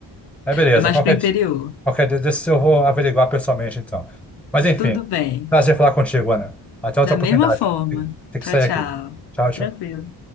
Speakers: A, in the centre; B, on the left.
A: É beleza.
B: É mais
A: Qualquer,
B: pro interior.
A: di- qualquer dia desses eu vou averiguar pessoalmente, então. Mas enfim,
B: Tudo bem.
A: prazer falar contigo, Ana. Até outra
B: Da
A: oportunidade.
B: mesma forma.
A: Tem que
B: Tchau,
A: sair
B: tchau.
A: aqui. Tchau, tchau.
B: Tranquilo.